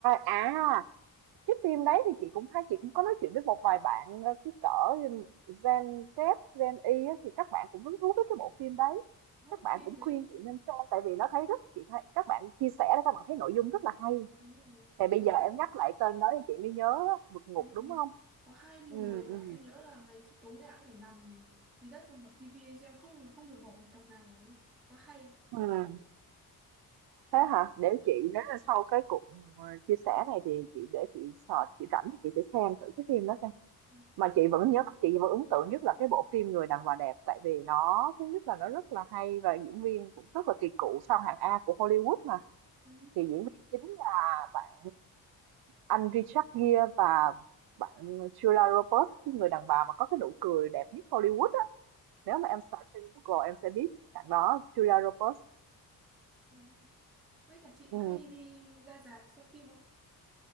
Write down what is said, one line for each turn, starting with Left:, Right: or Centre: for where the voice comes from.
Right: à Cái phim đấy thì chị cũng thấy chị cũng có nói chuyện với một vài bạn ờ, cái cỡ Gen Z, Gen Y á, thì các bạn cũng hứng thú với cái bộ phim đấy.
Centre: <laughs> có
Right: Các bạn
Centre: phim
Right: cũng
Centre: đấy
Right: khuyên chị nên xem tại vì nó thấy rất chị thấy các bạn chia sẻ đó, các bạn thấy nội dung rất là hay.
Centre: đúng rồi
Right: Thì bây
Centre: có
Right: giờ em nhắc lại tên đó thì chị mới nhớ á, vượt ngục
Centre: đúng
Right: đúng
Centre: rồi
Right: không?
Centre: có hai mùa
Right: Ừ,
Centre: ấy
Right: ừ.
Centre: và em nhớ là ngày xưa tối nào cũng phải nằm dưới đất dùng bật tivi để xem không không được bỏ một tập nào luôn quá hay
Right: Ừ, thế
Centre: đó
Right: hả? Để chị nếu là sau cái cuộc ờ, chia sẻ này thì chị để chị search, chị rảnh thì chị sẽ xem thử cái phim đó xem
Centre: Ừ.
Right: mà chị vẫn nhất chị vẫn ấn tượng nhất là cái bộ phim Người đàn bà đẹp tại vì nó thứ nhất là nó rất là hay và diễn viên cũng rất là kỳ cựu sau hạng A của Hollywood mà
Centre: Ừ.
Right: thì diễn viên chính là bạn anh Richard Gere và bạn Julia Roberts cái người đàn bà mà có cái nụ cười đẹp nhất Hollywood á nếu mà em search trên Google em sẽ biết bạn đó Julia Roberts
Centre: Ừ. Với cả chị
Right: ừ.
Centre: có hay đi ra rạp xem phim không?